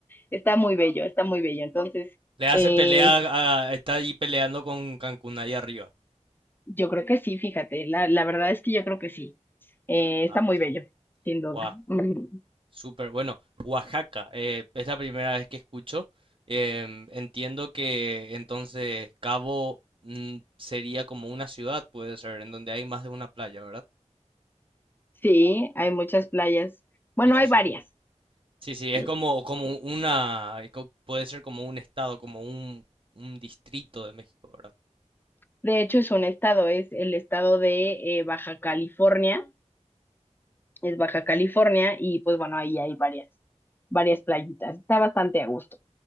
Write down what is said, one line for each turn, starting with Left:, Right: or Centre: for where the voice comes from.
Left: Está muy bello, está muy bello. Entonces,
Right: Le hace
Left: eh,
Right: Sí, pelea, Sí, a- está ahí peleando con Cancún ahí arriba.
Left: yo creo que sí, fíjate, la, la verdad es que yo creo que sí. Eh, está
Right: Ah,
Left: muy
Right: qué
Left: bello, sin duda.
Right: guau,
Left: Mm,
Right: súper bueno. Oaxaca, eh, es la primera vez que escucho. Em, entiendo que entonces Cabo mm, sería como una ciudad, puede ser, en donde hay más de una playa, ¿verdad?
Left: Sí, hay muchas playas. Bueno,
Right: Eso
Left: hay
Right: sí.
Left: varias.
Right: Sí, sí, es
Left: sí.
Right: como, como una, eh, co- puede ser como un estado, como un, un distrito de México, ¿verdad?
Left: De hecho, es un estado, es el estado de eh, Baja California, es Baja California y pues bueno, ahí hay varias, varias playitas. Está bastante a gusto.